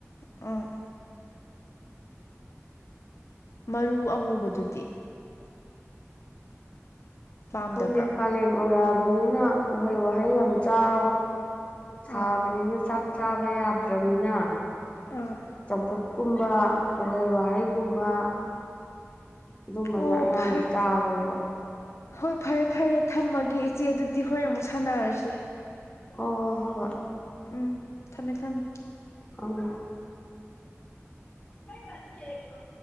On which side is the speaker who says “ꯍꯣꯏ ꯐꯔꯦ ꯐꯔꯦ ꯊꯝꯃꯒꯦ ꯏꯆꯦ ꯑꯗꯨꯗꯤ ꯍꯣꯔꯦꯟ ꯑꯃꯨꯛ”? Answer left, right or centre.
Left